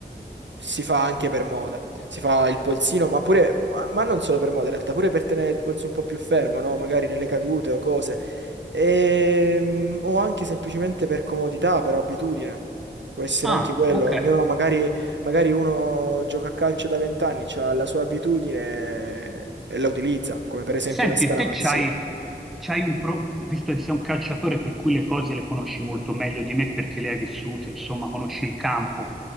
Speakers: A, on the right (about 85°); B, in the centre.
A: si fa anche per moda. Si fa il polsino, ma pure, ma ma non solo per moda, in realtà, pure per tenere il polso un po' più fermo, no? Magari nelle cadute o cose. Ehm, o anche semplicemente per comodità, per abitudine. Può essere
B: Ah,
A: anche quello.
B: ok.
A: Ognuno, magari, magari uno gioca a calcio da vent'anni, ha la sua abitudine e la utilizza, come per esempio
B: Senti,
A: una scaramanzia.
B: te c'hai, c'hai un pro- visto che sei un calciatore per cui le cose le conosci molto meglio di me perché le hai vissute, insomma, conosci il campo.